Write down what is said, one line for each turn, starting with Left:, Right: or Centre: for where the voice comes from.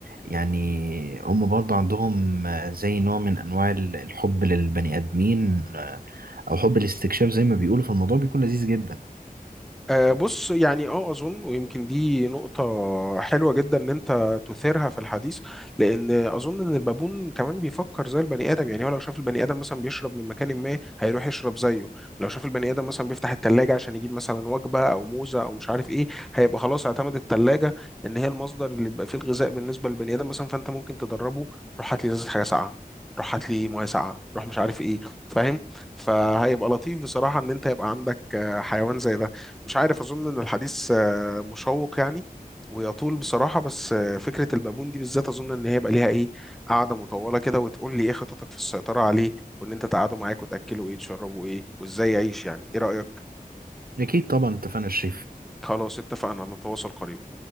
Right: يعني هم برضه عندهم آه، زي نوع من انواع ال- الحب للبني ادمين آه، او حب الاستكشاف زي ما بيقولوا فالموضوع بيكون لذيذ جدا
Centre: آه، بص يعني اه اظن ويمكن دي نقطة حلوة جدا ان انت تثيرها في الحديث لان اظن ان البابون كمان بيفكر زي البني ادم يعني هو لو شاف البني ادم مثلا بيشرب من مكان ما هيروح يشرب زيه لو شاف البني ادم مثلا بيفتح التلاجة عشان يجيب مثلا وجبة او موزة او مش عارف ايه هيبقى خلاص اعتمد التلاجة ان هي المصدر اللي بيبقى فيه الغذاء بالنسبة للبني ادم مثلا فانت ممكن تدربه روح هات لي ازازة حاجة ساقعة روح هات لي ميه ساقعه روح مش عارف ايه فاهم فهيبقى لطيف بصراحه ان انت يبقى عندك آه، حيوان زي ده مش عارف اظن ان الحديث آه، مشوق يعني ويطول بصراحه بس آه، فكره البابون دي بالذات اظن ان هي يبقى ليها ايه قاعده مطوله كده وتقول لي ايه خططك في السيطره عليه وان انت تقعدوا معاك وتاكلوا ايه تشربوا ايه وازاي يعيش يعني ايه رايك
Right: اكيد طبعا اتفقنا يا شريف
Centre: خلاص اتفقنا نتواصل قريبا